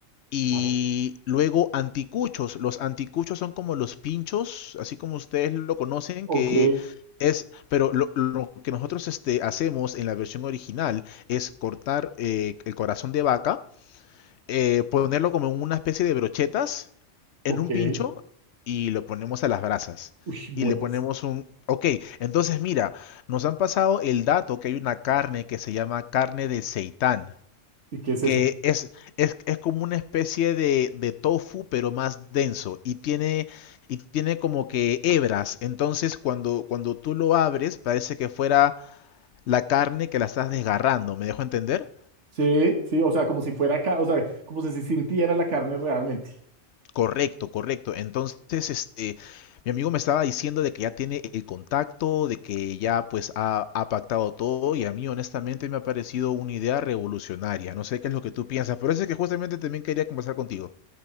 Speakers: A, on the left (about 70°); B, on the right (about 75°).
A: y
B: claro.
A: luego anticuchos. Los anticuchos son como los pinchos, así como ustedes lo conocen,
B: Ok,
A: que es, pero lo, lo que nosotros este, hacemos en la versión original es cortar eh, el corazón de vaca eh, ponerlo como en una especie de brochetas, en
B: ok.
A: un pincho, y lo ponemos a las brasas.
B: Uy, buenas.
A: Y le ponemos un... Ok, entonces mira, nos han pasado el dato que hay una carne que se llama carne de seitán,
B: ¿Y qué es
A: que
B: eso?
A: es, es, es como una especie de, de tofu, pero más denso, y tiene, y tiene como que hebras. Entonces cuando, cuando tú lo abres, parece que fuera la carne que la estás desgarrando, ¿me dejo entender?
B: Sí, sí, o sea, como si fuera acá, o sea, como si se sintiera la carne realmente.
A: Correcto, correcto. Entonces, este, mi amigo me estaba diciendo de que ya tiene el contacto, de que ya pues ha, ha pactado todo y a mí honestamente me ha parecido una idea revolucionario. No sé qué es lo que tú piensas, pero eso es que justamente también quería conversar contigo.